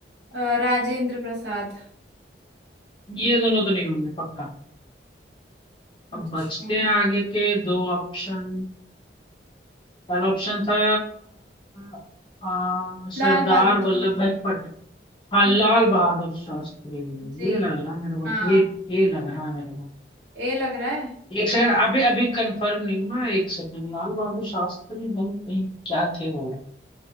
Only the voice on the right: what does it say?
अ, राजेंद्र प्रसाद
अच्छा
लाल बहादुर शास्त्री,
हाँ,
जी
हाँ
ए लग रहा है